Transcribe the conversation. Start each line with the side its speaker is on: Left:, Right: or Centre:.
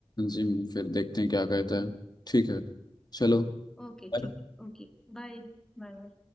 Left: जिम फिर देखते हैं क्या कहता है ठीक है चलो
Centre: ओके
Left: बाय।
Centre: ठीक ओके बाय बाय